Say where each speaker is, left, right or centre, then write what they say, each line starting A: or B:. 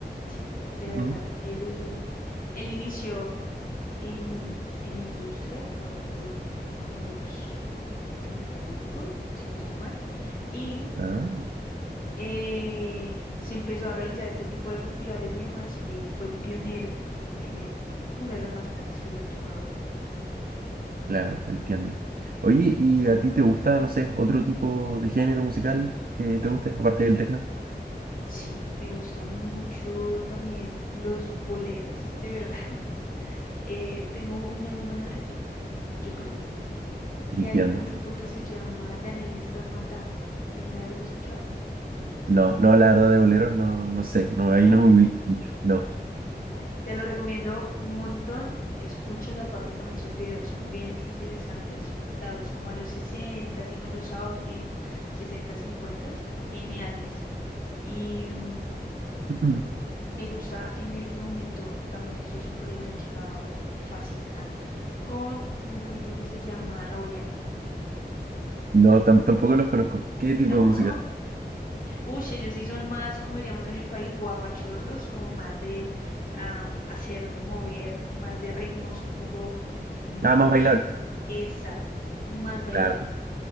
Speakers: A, on the left; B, on the right.
A: Sí, de
B: Ujú.
A: verdad. Él, él inició en, en la industria, no recuerdo como a los 30 y algo, si no estoy mal, y
B: Ah,
A: eh, se empezó a realizar este tipo de festivales y demás, y él fue el pionero en el, uno de los más grandes que es el Tomorrowland.
B: claro, entiendo. Oye, ¿y a ti te gusta, no sé, otro tipo de género musical que te guste, aparte del tecno?
A: Sí, me gustan mucho también los boleros, de verdad. <laughs> Eh, tengo un alma antigua, yo creo. y
B: Entiendo.
A: hay un grupo que se llama Daniel Me Estás Matando. ¿Alguna vez lo has escuchado?
B: No, no, la verdad de boleros no, no sé, no, ahí
A: ¿No?
B: no me ubico mucho, no.
A: Bueno, te lo recomiendo un montón. Escúchalo, aparte también sus videos son bien interesantes, dados como a los 60 y con los outfits 60 50, geniales. Y mm,
B: <clears throat>
A: me gusta en este momento, también estoy súper enganchado, fascinada, con un grupo que se llama Rawayana.
B: No, tam- tampoco los conozco. ¿Qué
A: <laughs>
B: tipo
A: No.
B: de música?
A: Uy, sí, ellos sí son más, como diríamos en mi país, guapachosos, como más de am, hacerte mover, más de ritmos un poco más,
B: Ah, más bailable.
A: exacto, más bailables.
B: Claro,